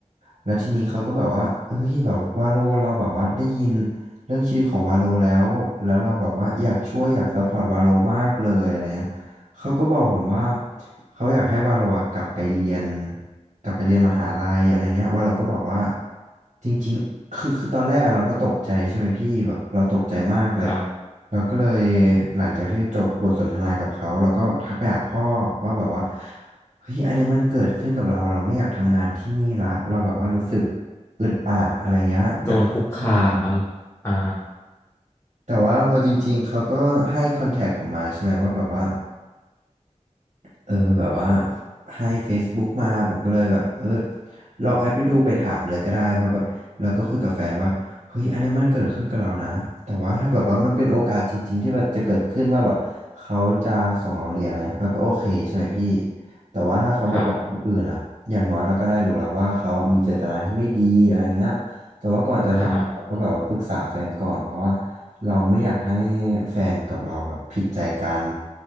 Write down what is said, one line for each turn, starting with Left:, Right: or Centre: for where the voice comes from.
Right: แล้วทีนี้เขาก็แบบว่าเฮ้ยแบบวาโลเราแบบว่าได้ยินเรื่องชื่อของวาโลแล้วแล้วเราแบบว่าอยากช่วยอยากซัพพอร์ตวาโลมากเลยอะไรเงี้ยเขาก็บอกผมว่าเขาอยากให้วาโลอะกลับไปเรียนกลับไปเรียนมหาลัยอะไรเงี้ยวาโลก็บอกว่าจริงๆคือคือตอนแรกอะเราก็ตกใจใช่ไหมพี่แบบเราตกใจมากเลย
Left: ครับ
Right: เราก็เลยหลังจากที่จบบทสนทนากับเขาเราก็ทักไปหาพ่อว่าแบบว่าเฮ้ยอันเนี้ยมันเกิดขึ้นกับเราเราไม่อยากทำงานที่นี่ละเราแบบว่ารู้สึกอึดอัดอะไรเงี้ยจากทำงานมา
Left: โดนคุกคามอ่า
Right: แต่ว่าพอจริงๆเขาก็ให้คอนแทคผมมาใช่ไหมว่าแบบว่า เออแบบว่าให้ Facebook มาผมก็เลยแบบเออลองแอดไปดูไปถามเลยก็ได้เพราะแบบเราก็คุยกับแฟนว่าเฮ้ยอันเนี้ยมันเกิดขึ้นกับเรานะแต่ว่าถ้าแบบว่ามันเป็นโอกาสจริงๆที่แบบจะเกิดขึ้นว่าแบบเขาจะส่งเราเรียนอะไรเงี้ยเราก็โอเคใช่ไหมพี่แต่ว่าถ้าเขาแบบหวังคนอื่นอ่ะอย่างน้อยเราก็ได้รู้แล้วว่าเขาอะมีเจตนาที่ไม่ดีอะไรเงี้ยแต่ว่าก่อนจะทำอะเราก็แบบว่าปรึกษาแฟนก่อนเพราะว่า
Left: ครับครับ
Right: เราไม่อยากให้แฟนกับเราแบบผิดใจกัน